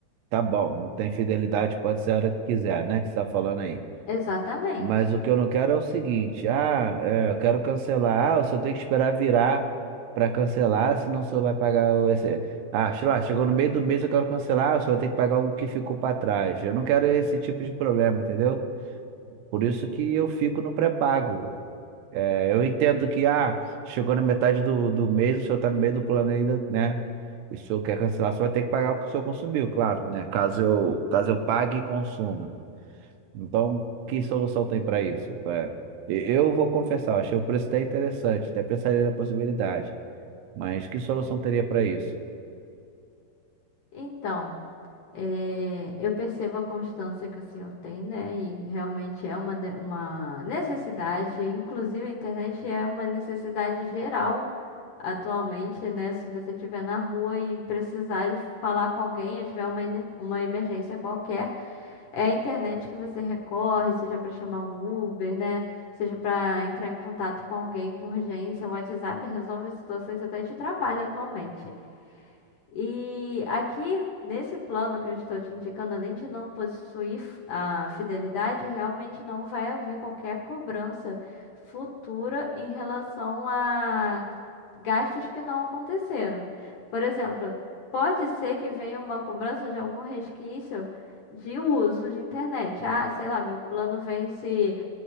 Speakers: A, on the right; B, on the left.
A: tá bom, não tem fidelidade, pode ser a hora que quiser, né? Que você tá falando aí.
B: Exatamente.
A: Mas o que eu não quero é o seguinte, ah, é, eu quero cancelar, ah, o senhor tem que esperar virar para cancelar, senão o senhor vai pagar o esse... Ah, sei lá, chegou no meio do mês, eu quero cancelar, o senhor vai ter que pagar algo que ficou para trás. Eu não quero esse tipo de problema, entendeu? Por isso que eu fico no pré-pago. É, eu entendo que, ah, chegou na metade do, do mês, o senhor tá no meio do plano ainda, né? O senhor quer cancelar, o senhor vai ter que pagar o que o senhor consumiu, claro, né? Caso eu, caso eu pague e consuma. Então, que solução tem para isso? É, e- eu vou confessar, achei o preço até interessante, até pensaria na possibilidade, mas que solução teria para isso?
B: Então, eh, eu percebo a constância que o senhor tem, né? E realmente é uma, de- uma necessidade, inclusive a internet é uma necessidade geral atualmente, né? Se você estiver na rua e precisar de falar com alguém, ou tiver uma, ene- uma emergência qualquer, é a internet que você recorre, seja para chamar um Uber, né? Seja para entrar em contato com alguém com urgência. O WhatsApp resolve situações até de trabalho atualmente. E aqui, nesse plano que eu estou te indicando, além de não possuir f- a fidelidade, realmente não vai haver qualquer cobrança futura em relação a gastos que não aconteceram. Por exemplo, pode ser que venha uma cobrança de algum resquício de uso de internet. Ah, sei lá, meu plano vence